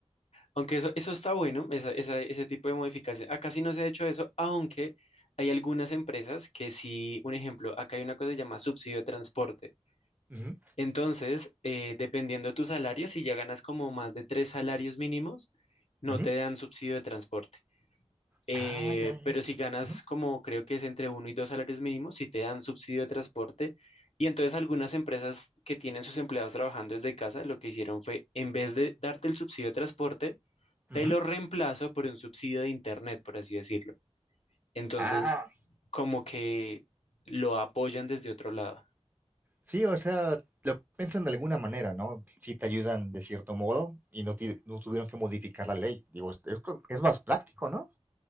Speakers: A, on the left; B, on the right.
A: Aunque eso, eso está bueno, esa- esa- ese tipo de modificación. Acá sí no se ha hecho eso, aunque hay algunas empresas que sí, un ejemplo, acá hay una cosa que se llama subsidio de transporte.
B: Uh -huh,
A: Entonces, eh, dependiendo de tu salario, si ya ganas como más de tres salarios mínimos, no
B: uh -huh.
A: te dan subsidio de transporte. Eh,
B: Ah, ya, ya.
A: pero si ganas
B: Ujú.
A: como creo que es entre uno y dos salarios mínimos, si te dan subsidio de transporte. Y entonces algunas empresas que tienen sus empleados trabajando desde casa, lo que hicieron fue, en vez de darte el subsidio de transporte, te
B: Ujú.
A: lo reemplazo por un subsidio de internet, por así decirlo. Entonces,
B: Ah,
A: como que lo apoyan desde otro lado.
B: sí, o sea, lo piensan de alguna manera, ¿no? Sí te ayudan de cierto modo y no, ti- no tuvieron que modificar la ley. Digo, es, es co- es más práctico, ¿no?